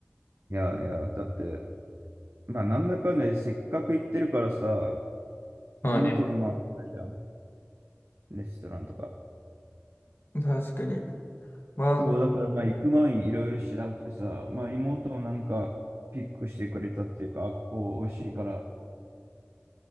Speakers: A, on the right; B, on the left.
A: いやいや、だって、まあなんだかんだでせっかく行ってるからさ、
B: まあね
A: いろんなとこ回ったりだ。レストランとか。
B: 確かに。まあ、
A: そう、だからまあ行く前にいろいろ調べてさ、まあ妹もなんかピックしてくれたっていうか、あ、ここ美味しいから、